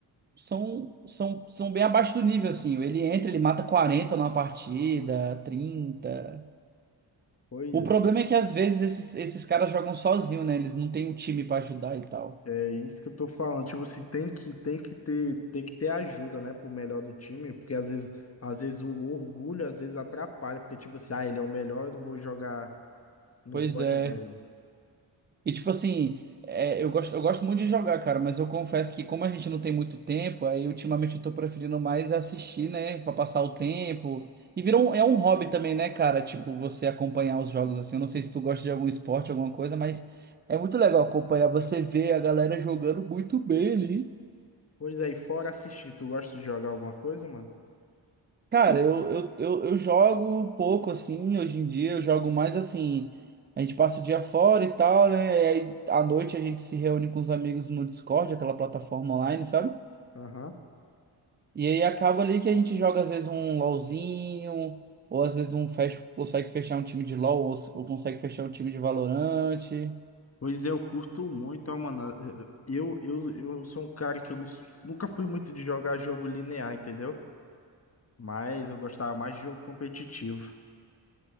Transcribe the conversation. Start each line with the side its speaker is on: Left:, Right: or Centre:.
Right: são são, são bem abaixo do nível assim. Ele entra, ele mata 40 numa partida, trinta
Left: Pois
Right: O problema
Left: é,
Right: é que às vezes esses, esses caras jogam sozinho, né? Eles não têm um time pra ajudar e tal.
Left: é isso que eu tô falando. Tipo assim, tem que, tem que ter, tem que ter ajuda, né, pro melhor do time, porque às vezes, às vezes o orgulho às vezes atrapalha, porque tipo assim, ah, ele é o melhor, eu não vou jogar, não
Right: Pois
Left: vou
Right: é.
Left: ajudar ele.
Right: E tipo assim, é, eu gosto, eu gosto muito de jogar, cara, mas eu confesso que como a gente não tem muito tempo, aí ultimamente eu tô preferindo mais assistir, né, Pra passar o tempo. E virou um, é um hobby também, né, cara? Tipo, você acompanhar os jogos assim. Eu não sei se tu gosta de algum esporte, alguma coisa, mas é muito legal acompanhar você ver a galera jogando muito bem ali.
Left: Pois é, e fora assistir, tu gosta de jogar alguma coisa, mano?
Right: Cara, eu, eu, eu, eu jogo pouco assim, hoje em dia eu jogo mais assim, a gente passa o dia fora e tal, né? E aí à noite a gente se reúne com os amigos no Discord, aquela plataforma online, sabe?
Left: Aham.
Right: E aí acaba ali que a gente joga às vezes um LoLzinho, ou às vezes um fecha, consegue fechar um time de LoL, ou, ou consegue fechar um time de Valorante.
Left: Pois é, eu curto muito, ó, mano. eh, eh, Eu, eu, eu sou um cara que eu nu- nunca fui muito de jogar jogo linear, entendeu? Mas eu gostava mais de jogo competitivo.